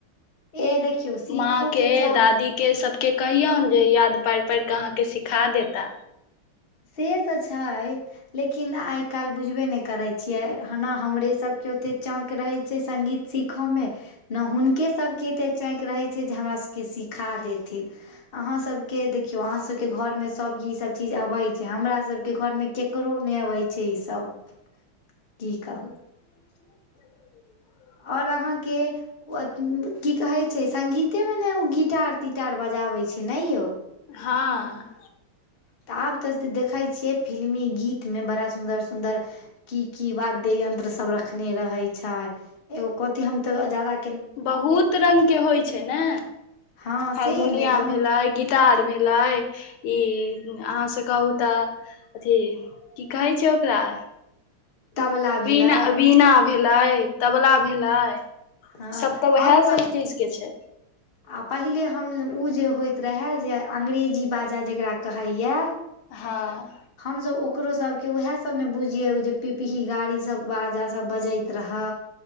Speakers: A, on the left; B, on the left.
A: ए देखियौ सीखअ
B: माँ
A: के चाही
B: दादी के सबके कहियौन जे याद पारि पारि के अहाँ के सिखा देता
A: से त छै लेकिन आइ काल्हि बुझबे नहि करैत छियै हना हमरे सभके ओतेक चौक रहैत छै संगीत सीखय मे ने हुनके सभके एतेक चाँंकि रहै छै जे हमरा सबके सिखा देथिन अहा सब के देखियो अहा सब के घर में सब के इ सब चीज अबे छै हमरा सबके घर मे केकरो नहि अबै छै ई सब की कहू
B: <inaudible>
A: आओर अहाँ के ओ की कहैत छै सगीते मे ने ओ गिटार तिटार बजाबैत छै ने यौ
B: हँ
A: त आब त देखै छियै फिल्मी गीत मे बड़ा सुन्दर सुन्दर की की वाद्य यंत्र सब रखने रहे छै एगो कथी हम तो ज्यादा
B: बहुत रंग के होइ छै ने
A: हँ
B: हारमोनिया
A: सेहे ने हम
B: भेलै गीत टार भेले ई अहाँ से कहू त अथी की कहै छै ओकरा
A: तबला भेलै
B: वीना वीना भेलै तबला भेलै ई
A: हँ
B: सब त उएह
A: हम पहिल
B: सब चीज के छै
A: आ पहिले हम ओ जे होइत रहय जे अ्ंग्रेजी बाजा जकरा कहैए
B: हँ
A: हम सभ ओकरो सभ के उएह सभ ने बुझियै जे पिपही गाड़ी सभ बाजा सभ बजैत रहै